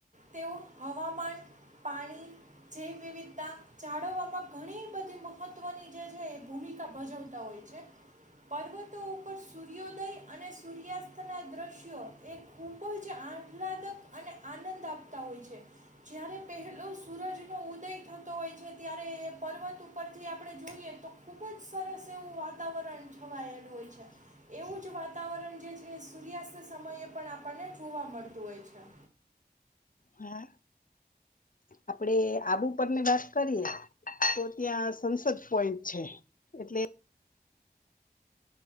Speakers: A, on the right; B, on the left.
A: તેઓ હવામાન પાણી જૈવ વિવિધતા જાળવવામાં ઘણી બધી મહત્ત્વની જે છે એ ભૂમિકા ભજવતા હોય છે પર્વતો ઉપર સૂર્યોદય અને સૂર્યાસ્તના દ્રશ્યો એ ખૂબ જ આહલાદક અને આનંદ આપ હો જ્યારે પહેલો સૂરજનો ઉદય થતો હોય છે ત્યારે પર્વત ઉપર જે આપણે જોઈએ તો ખુબ જ સરસ એવું વાતાવરણ છવાયેલું હોય છે એવું જ વાતાવરણ જે છે સૂર્યાસ્ત સમયે પણ આપણને જોવા મળતું હોય છે.
B: હા આપડે આબુ પરની વાત કરીએ તો ત્યાં સંસદ પોઈન્ટ છે એટલે